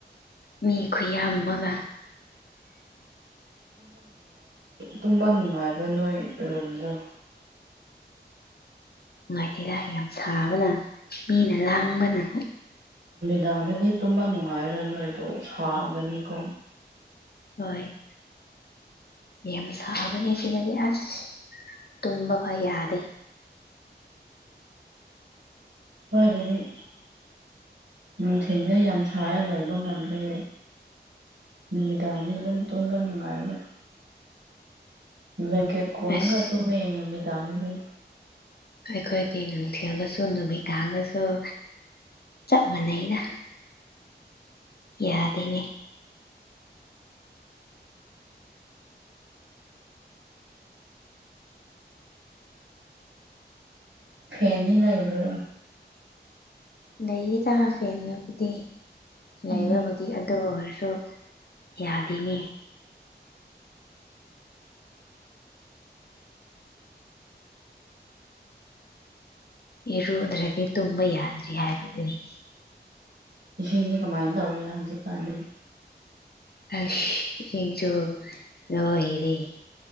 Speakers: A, on the left; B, on the right.
A: ꯃꯤ ꯈꯨꯌꯥꯃꯒ
B: ꯇꯨꯝꯕ ꯅꯨꯡꯉꯥꯏꯕ ꯅꯣꯏ ꯔꯨꯝꯗꯣ
A: ꯅꯨꯡꯉꯥꯏꯇꯦꯔ ꯌꯥꯝ ꯁꯥꯕꯅ ꯃꯤꯅ ꯂꯥꯡꯕꯅ
B: ꯗꯥꯅꯗꯤ ꯇꯨꯝꯕ ꯅꯨꯡꯉꯥꯏꯔꯣꯏ ꯅꯣꯏꯗꯣ ꯁꯥꯒꯅꯤꯀꯣ
A: ꯍꯣꯏ ꯌꯥꯝ ꯁꯥꯛꯑꯕꯅꯦ ꯁꯤꯗꯗꯤ ꯑꯁ ꯇꯨꯝꯕ ꯐ ꯌꯥꯗꯦ
B: ꯍꯣꯏ ꯑꯗꯨꯗꯤꯅꯤ ꯅꯨꯡꯊꯤꯟꯜꯗ ꯌꯥꯝ ꯁꯅ ꯂꯩꯕ ꯉꯝꯂ꯭ꯔꯦ ꯅꯨꯃꯤꯗꯥꯡꯅꯤꯂ ꯇꯨꯡꯗ ꯅꯨꯡꯉꯥꯏꯂ ꯂ ꯀ ꯀꯣꯅꯒ
A: ꯑꯁ
B: ꯇꯨ ꯃꯅꯃꯤꯗꯥꯅ ꯂꯩ
A: ꯑꯩꯣꯏ ꯈꯣꯏ ꯇ ꯅꯨꯍꯊꯦꯂ ꯁꯨ ꯅ ꯅꯨꯕꯤꯤꯗꯥ ꯍꯂꯣꯁꯨꯣ ꯆꯞ ꯃꯥꯟꯅꯩꯗ ꯌꯥꯗꯦꯅꯦ
B: ꯐꯦꯅꯤ ꯂꯩꯕ
A: ꯂꯩꯌꯦꯗ ꯐꯦꯅꯕꯨꯗꯤ ꯂꯩꯕꯕꯨꯗꯤ
B: ꯎꯝ
A: ꯑꯗꯨ ꯑꯣꯏꯔꯦ ꯁꯨ ꯌꯥꯗꯤꯅꯤ ꯏꯔꯨꯗ꯭ꯔꯗꯤ ꯇꯨꯝꯕ ꯌꯥꯗ꯭ꯔꯤ ꯍꯥꯏꯕꯗꯨꯅꯤ
B: ꯏꯁꯤꯡꯗꯤ ꯀꯃꯥꯏꯅ ꯇꯧꯔ ꯍꯧꯖꯤꯛꯀꯥꯟꯗꯤ
A: ꯑ ꯌꯦꯁꯨ ꯂꯔꯤꯦ